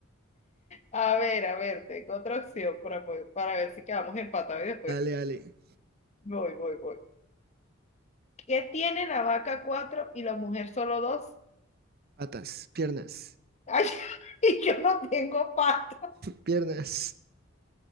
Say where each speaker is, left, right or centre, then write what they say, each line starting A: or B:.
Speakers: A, on the left; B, on the right.
A: A ver, a ver, tengo otra opción para, po- para ver si quedamos empatados y después
B: dale, dale.
A: voy, voy, voy. ¿Qué tiene la vaca cuatro y la mujer solo dos?
B: Patas, piernas,
A: Ay, <laughs> y yo no tengo pata.
B: piernas.